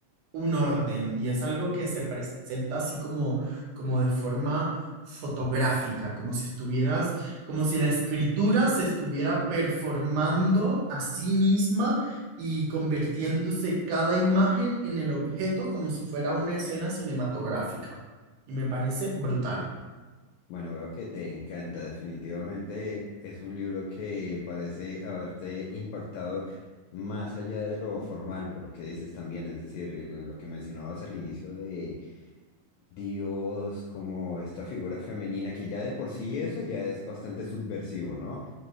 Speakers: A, on the right (about 75°); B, on the left (about 80°).
A: un orden y es algo que se presenta así como, como de forma fotográfica, como si estuvieras, como si la escritura se estuviera performando a sí misma y convirtiéndose cada imagen en el objeto como si fuera una escena cinematográfica. Y me parece brutal,
B: Bueno, veo que te encanta, definitivamente es un libro que parece haberte impactado más allá de lo formal, por lo que dices también, es decir, el- lo que mencionabas al inicio de Dios, como esta figura femenina que ya de por sí eso ya es bastante subversivo, ¿no?